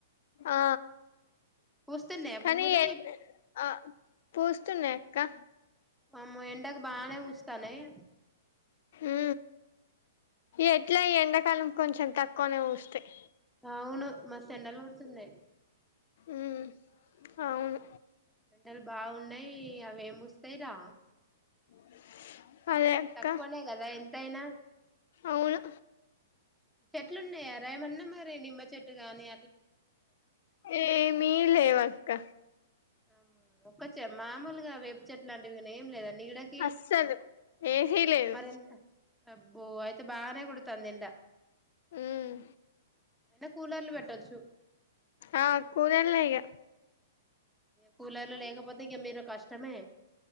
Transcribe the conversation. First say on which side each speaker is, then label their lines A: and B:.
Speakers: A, on the left; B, in the centre.
A: ఆ
B: పూస్తున్నాయా
A: కానీ
B: పువ్వులు
A: ఆ పూస్తున్నాయి కా
B: అమ్మో ఎండగ్ బానే పోస్తున్నాయి
A: ఉ ఎట్లా ఈ ఎండాకాలం కొంచెం తక్కువనే వస్తాయి
B: ఆవును మస్త్ ఎండలు పడుతున్నాయి
A: ఉ అవును
B: ఎండలు బాగున్నాయి అవేం పూస్తాయి రా
A: <unintelligible> అదే అక్క
B: తక్కువనే కదా ఎంతైనా
A: అవును
B: చెట్లు ఉన్నాయి ఆడ ఏమన్న మరి నిమ్మ చెట్టుగానీ
A: ఏమిీ లేవాక్క
B: ఆమ్ ఒకె చ్ మామూలుగా వేప చెట్లాంటివి వెన్ ఏం లేదండి నీడకీ
A: అస్సలు ఏసీ లేదు
B: మరి ఇంద అబ్బో అయితే బానే కొడుతాంది ఎండ అ
A: మ్మ్
B: అయిన కూలర్ లు పెట్టచ్
A: ఆ కూలర్లే ఇగ
B: కూలర్లు లేకపోతే గ మీరు కష్టమే